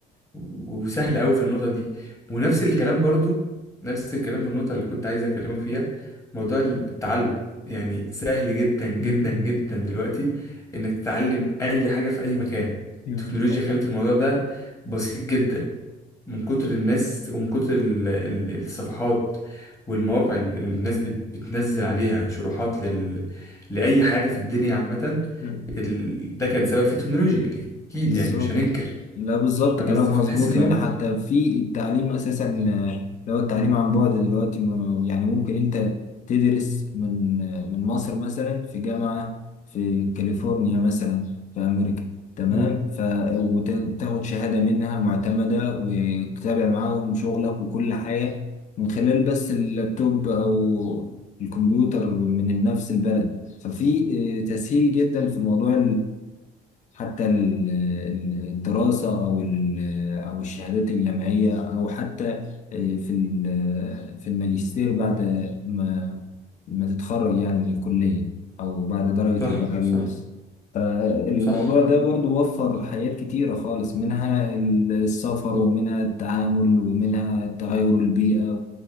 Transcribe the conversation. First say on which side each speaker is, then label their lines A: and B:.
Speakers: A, on the left (about 20°); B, on the left (about 45°).
A: وسهل قوي في النقطة دي ونفس الكلام برضو نفس الكلام في النقطة اللي كنت عايز أكلمك فيها موضوع التعلم يعني سهل جدا جدا
B: مم.
A: جدا دلوقتي إنك تتعلم أي حاجة في أي مكان
B: مم.
A: التكنولوجيا خلت الموضوع ده بسيط جدا من كتر الناس ومن كتر ال- ال- الصفحات والمواقع اللي الناس بت- بتنزل عليها شروحات لل... لأي حاجة في الدنيا عامة
B: مم.
A: ال... ده كان سبب في التكنولوجيا أكيد
B: بالظبط
A: يعني مش هننكر
B: لا بالظبط
A: فاهم
B: كلامك
A: قصدي
B: مظبوط
A: فتحس إنه
B: يعني حتى في التعليم اساسا آه، لو التعليم عن بعد دلوقتي م- يعني ممكن انت تدرس من آه، من مصر مثلا في جامعة في كاليفورنيا مثلا في امريكا تمام
A: مم.
B: ف وتاخد شهادة منها معتمدة وتتابع معاهم شغلك وكل حاجة من خلال بس اللابتوب او الكمبيوتر من نفس البلد ففي آه، تسهيل جدا في موضوع حتى ال- ال- الدراسة أو ال- أو الشهادات الجامعية أو حتى آه، في ال- في الماجستير بعد ما ما تتخرج يعني من الكلية أو بعد درجة
A: صح
B: البكالوريوس
A: صح
B: الموضوع
A: صح
B: ده برضو وفر حاجات كتيرة خالص منها السفر ومنها التعامل ومنها تغير البيئة